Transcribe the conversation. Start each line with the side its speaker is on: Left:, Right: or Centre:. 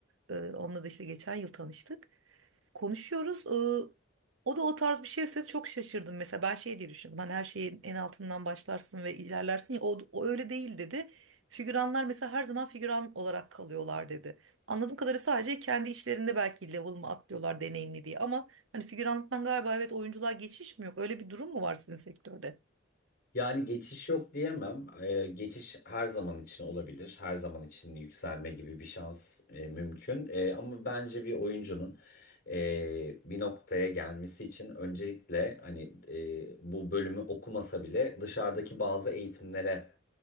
Right: Ee, onunla da işte geçen yıl tanıştık. konuşuyoruz. Ee, O da o tarz bir şey söyledi çok şaşırdım. Mesela ben şey diye düşündüm. Hani her şeyin en altından başlarsın ve ilerlersin ya o, o öyle değil dedi. Figüranlar mesela her zaman figüran olarak kalıyorlar dedi. Anladığım kadarıyla sadece kendi içlerinde belki level mı atlıyorlar deneyimli diye. Ama hani figüranlıktan galiba evet oyunculuğa geçiş mi yok? Öyle bir durum mu var sizin sektörde?
Left: Yani geçiş yok diyemem. Ee, geçiş her zaman için olabilir. Her zaman için yükselme gibi bir şans e, mümkün. E, ama bence bir oyuncunun e, bir noktaya gelmesi için öncelikle hani e, bu bölümü okumasa bile dışarıdaki bazı eğitimlere